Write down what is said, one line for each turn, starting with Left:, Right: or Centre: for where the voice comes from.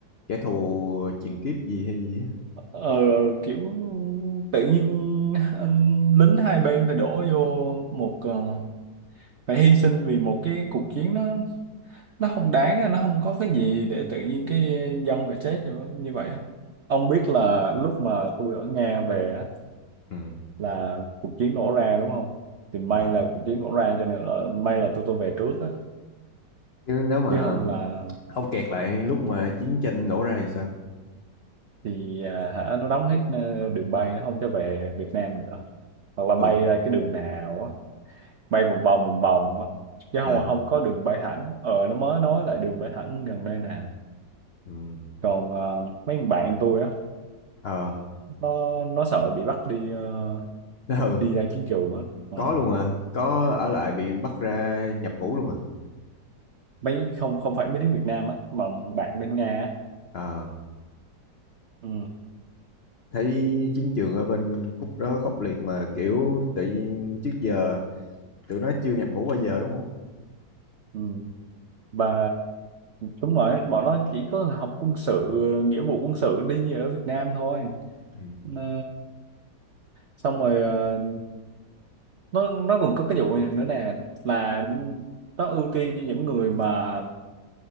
Left: kẻ thù truyền kiếp gì hay gì á
Right: ờ, kiểu tự nhiên anh- lính hai bên phải đổ vô một ờ, phải hy sinh vì một cái cuộc chiến nó nó không đáng á, nó không có cái gì để tự nhiên cái dân phải chết như như vậy á. Ông biết là lúc mà tôi ở Nga về á
Left: ừ.
Right: là cuộc chiến nổ ra đúng không? Thì may
Left: Ờ.
Right: là cuộc chiến nổ ra cho nên là may là tôi tôi về trước á
Left: chứ nếu mà
Right: chứ không là
Left: ông kẹt lại lúc mà chiến tranh nổ ra thì sao
Right: thì à, hả nó đóng hết ờ, đường bay nó không cho về Việt Nam nữa hoặc là
Left: ừ
Right: bay ra cái đường nào á bay vòng vòng vòng vòng á chứ
Left: à
Right: không không có đường bay thẳng ờ nó mới nói lại đường bay thẳng gần đây nè
Left: ừ
Right: còn ờ, mấy thằng bạn tôi á
Left: ờ
Right: nó nó sợ bị bắt đi ờ,
Left: <laughs> ừ
Right: đi ra chiến trường á Ờ.
Left: có luôn à có ở lại bị bắt ra nhập ngũ luôn à
Right: mấy không không phải mấy đứa Việt Nam á mà bạn bên Nga á
Left: Ờ,
Right: ừ.
Left: thấy chiến trường ở bên khúc đó khốc liệt mà kiểu tự nhiên trước giờ tụi nó chưa nhập ngũ bao giờ đúng không
Right: Ừ. và đúng rồi bọn nó chỉ có học quân sự nghĩa vụ quân sự đi như ở Việt Nam thôi
Left: ừ.
Right: Ờ, xong rồi ờ, nó nó còn có cái vụ này nữa nè là nó ưu tiên cho những người mà